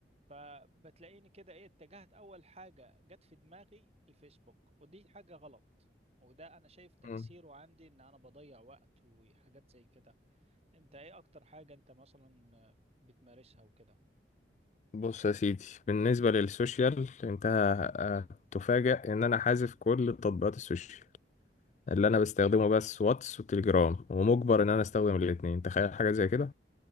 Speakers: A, on the right; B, on the left.
A: فبتلاقيني كده ايه اتجهت اول حاجة جت في دماغي الفيسبوك ودي حاجة غلط وده انا شايف تأثيره
B: مم.
A: عندي ان انا بضيع وقت وحاجات زي كده انت ايه اكتر حاجة انت مثلا بتمارسها وكده
B: بص يا سيدي بالنسبة للسوشيال انت هتفاجأ ان انا حازف كل تطبيقات السوشيال اللي انا بستخدمه بس واتس وتليجرام ومجبر ان انا استخدم الاثنين تخيل حاجه زي كده